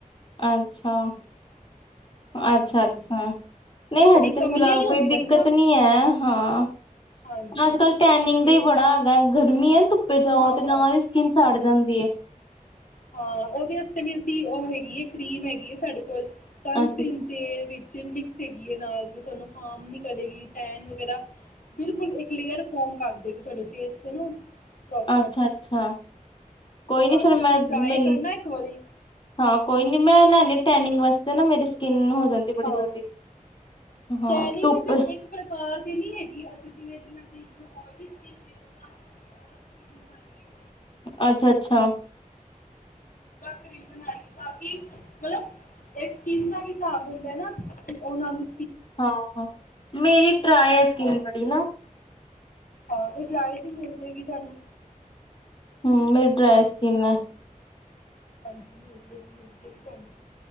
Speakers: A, on the left; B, on the left.
A: ਅੱਛਾ
B: ਹਾਂਜੀ
A: ਅੱਛਾ ਅੱਛਾ ਨਹੀਂ
B: ਜਿਹੜੀ
A: ਹਜੇ ਤੇ
B: ਕਮੀਆਂ
A: ਫਿਲਹਾਲ
B: ਹੀ ਹੁੰਦੀਆਂ
A: ਕੋਈ ਦਿੱਕਤ
B: ਨੇ ਨਾ
A: ਨੀ ਹੈ ਹਾਂ
B: ਹਾਂਜੀ
A: ਅੱਜ ਕੱਲ ਟੈਨਿੰਗ
B: ਜਿਵੇਂ
A: ਦਾ ਹੀ ਬੜਾ ਹੈਗਾ ਗਰਮੀ ਹੈ ਧੁੱਪੇ ਜਾਓ
B: ਹਾਂ
A: ਤੇ ਨਾਲ ਹੀ ਸਕਿੰਨ ਛੜ
B: ਹਾਂ
A: ਜਾਂਦੀ ਏ
B: ਹਾਂ ਉਹਦੇ ਵਾਸਤੇ ਵੀ ਅਸੀਂ ਉਹ ਹੈਗੀ ਹੈ ਕਰੀਮ ਹੈਗੀ ਹੈ ਸਾਡੇ ਕੋਲ ਸਨ
A: ਅੱਛਾ
B: ਸਕ੍ਰੀਨ
A: ਅੱਛਾ
B: ਤੇ ਵਿੱਚ ਮਿਕਸ ਹੈਗੀ ਹੈ ਨਾਲ ਜਵੇ ਤੁਹਾਨੂੰ ਹਾਰਮ ਨ ਕਰੇਗੀ ਟੈਨ ਵਗੈਰਾ ਬਿਲਕੁਲ ਇੱਕ ਲੇਅਰ ਫੋਮ ਕਰ ਦੇਗੀ ਤੁਹਾਡੇ ਫੇਸ ਤੇ ਨਾ ਪ੍ਰੋਪਰ
A: ਅੱਛਾ ਅੱਛਾ ਕੋਈ ਨੀ
B: ਹਾਂਜੀ
A: ਫੇਿਰ ਮੈਂ
B: ਤੁਸੀਂ ਟਰਾਈ
A: ਮੈਨੂੰ
B: ਕਰਨਾ ਇੱਕ ਵਾਰੀ
A: ਹਾਂ ਕੋਈ ਨੀ ਮੈਂ ਲੈ ਟੈਨਿੰਗ ਵਾਸਤੇ ਨਾ ਮੇਰੀ ਸਕਿੰਨ ਹੋ ਜਾਂਦੀ ਬੜੀ
B: ਹਾਂ
A: ਜਲਦੀ ਹਾਂ
B: ਟੈਨਿੰਗ
A: ਧੁੱਪ
B: ਵੀ ਸਿਰਫ ਇੱਕ ਪ੍ਰਕਾਰ ਦੀ ਨੀ ਹੈਗੀ ਅਸੀਂ ਜਿਵੇਂ ਫ੍ਰਿਜ ਮੈਂ ਹੋਰ ਵੀ <unintelligible> ਨੇ ਉਹਨਾਂ ਕਰੀਮ ਬਣਾਈਏ।
A: ਅੱਛਾ-ਅੱਛਾ
B: ਕਰੀਮ ਬਣਾਈ ਤਾਂ ਕਿ ਮਤਲਬ ਸਕਿਨ ਦਾ ਵੀ ਸਾਬ ਹੁੰਦਾ ਨਾ। ਉਹਨਾਂ ਦੀ
A: ਹਾਂ ਹਾਂ ਮੇਰੀ ਡਰਾਈ ਹੈ ਸਕਿਨ
B: ਹਾਂ
A: ਬੜੀ ਨਾ।
B: ਹਾਂ ਇਹ <unintelligible> ਤੇ ਮਿਲ ਜਾਏਗੀ ਤੁਹਾਨੂੰ।
A: ਹਮ ਮੇਰੀ ਡਰਾਏ ਸਕਿੰਨ ਹੈ।
B: ਹਾਂਜੀ ਮਿਲ ਜਏਗੀ ਮਿਲ ਜਾਏਗੀ ਤੁਹਾਨੂੰ।